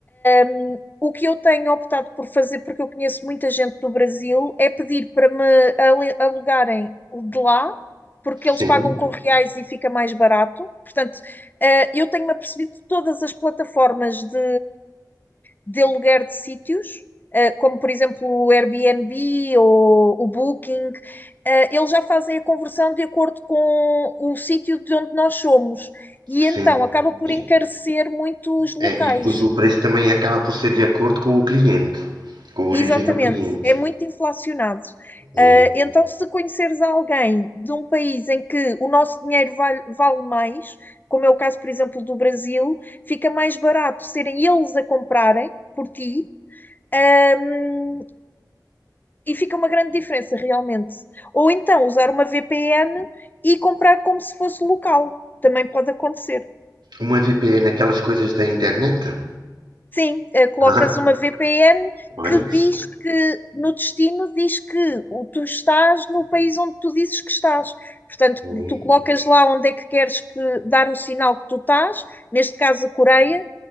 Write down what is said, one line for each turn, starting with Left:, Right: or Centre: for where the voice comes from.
Left: Um, o que eu tenho optado por fazer, porque eu conheço muita gente do Brasil, é pedir para me ale- alugarem de lá, porque eles
Right: sim,
Left: pagam com reais e fica mais barato. Portanto, eh, eu tenho-me apercebido de todas as plataformas de, de aluguer de sítios, eh, como por exemplo o Airbnb ou o Booking, eh, eles já fazem a conversão de acordo com o sítio de onde nós somos. E
Right: sim.
Left: então acaba por
Right: E,
Left: encarecer muito os locais.
Right: é, e depois o preço também acaba por ser de acordo com o cliente, com a origem
Left: Exatamente,
Right: do cliente.
Left: é muito inflacionado.
Right: Hum.
Left: Ah, então, se conheceres alguém de um país em que o nosso dinheiro vale, vale mais, como é o caso, por exemplo, do Brasil, fica mais barato serem eles a comprarem por ti, ahm, e fica uma grande diferença realmente. Ou então usar uma VPN e comprar como se fosse local, também pode acontecer.
Right: Uma VPN, aquelas coisas da internet?
Left: Sim, eh, colocas
Right: <laughs>
Left: uma VPN
Right: Ah, olha.
Left: que diz
Right: isso-
Left: que no destino diz que o- tu estás no país onde tu dizes que estás. Portanto,
Right: hum.
Left: tu colocas lá onde é que queres que- dar o sinal que tu estás, neste caso a Coreia.